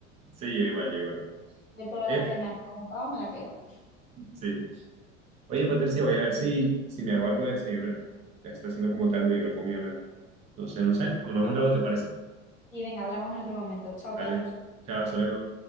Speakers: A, on the right; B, on the left.
A: Sí, yo igual, yo igual.
B: De todas
A: Eh,
B: las que me has preguntado, me la quedo.
A: sí. Oye, Patricia, voy a ver si, si me hago algo de desayunar. Ya está haciendo como tarde y no he comido nada. Entonces, no sé, nos vemos luego, ¿te parece?
B: Y venga, hablamos en otro momento. Chao,
A: Vale,
B: Carlos.
A: chao, hasta luego.